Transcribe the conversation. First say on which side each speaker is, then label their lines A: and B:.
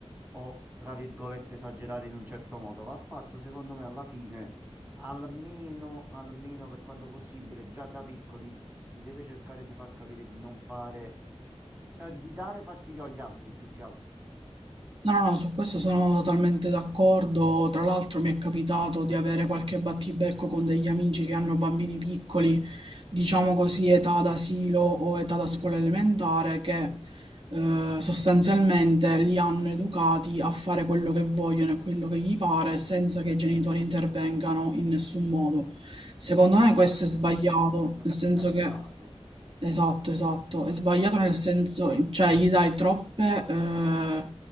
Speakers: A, on the right; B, on the right.
A: o, tra virgolette, esagerare in un certo modo. Va fatto, secondo me, alla fine, almeno, almeno per quanto possibile, già da piccoli si deve cercare di far capire di non fare, eh, di dare fastidio agli altri più che altro.
B: No, no, no, su questo sono totalmente d'accordo. Tra l'altro mi è capitato di avere qualche battibecco con degli amici che hanno bambini piccoli, diciamo così, età d'asilo o età da scuola elementare, che eh, sostanzialmente li hanno educati a fare quello che vogliono e quello che gli pare senza che i genitori intervengano in nessun modo. Secondo me questo è sbagliato,
A: No, questo è
B: nel senso
A: esagerato.
B: che... Esatto, esatto. È sbagliato nel senso, cioè gli dai troppe eh,